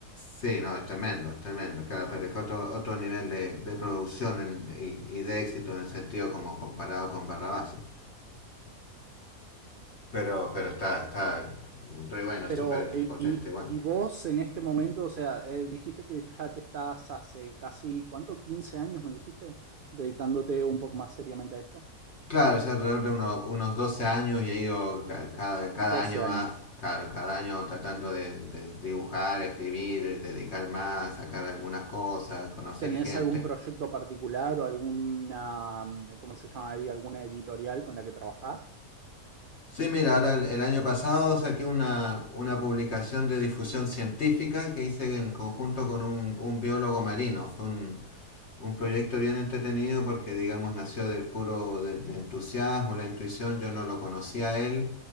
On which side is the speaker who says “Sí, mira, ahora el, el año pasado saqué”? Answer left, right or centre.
Left